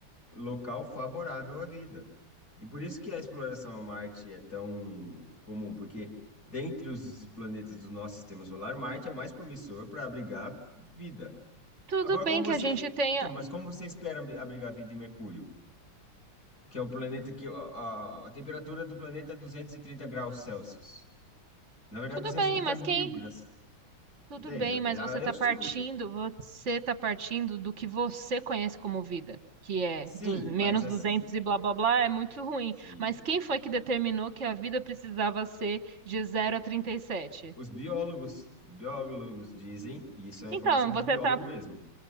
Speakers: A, on the left; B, on the right.
A: local favorável à vida. E por isso que a exploração a Marte é tão comum, porque dentre os planetas do nosso sistema solar, Marte é o mais promissor para abrigar vida.
B: Tudo
A: Agora,
B: bem
A: como
B: que
A: você.
B: a gente tenha.
A: Então, mas como você espera ab- abrigar vida em Mercúrio, que é o planeta que. A, a temperatura do planeta é 230 graus Celsius. Na verdade,
B: Tudo
A: 230
B: bem, mas quem Tudo
A: mil graus.
B: bem,
A: Entende?
B: mas
A: Já,
B: você
A: já é
B: está
A: hostil.
B: partindo, você está partindo do que você conhece como vida, que é
A: Sim,
B: du- menos
A: mas assim.
B: 200 e blá blá blá, é muito ruim.
A: sim.
B: Mas quem foi que determinou que a vida precisava ser de zero a 37?
A: Os biólogos, os biólogos dizem, e isso é uma
B: Então,
A: informação
B: você
A: de biólogo
B: está
A: mesmo.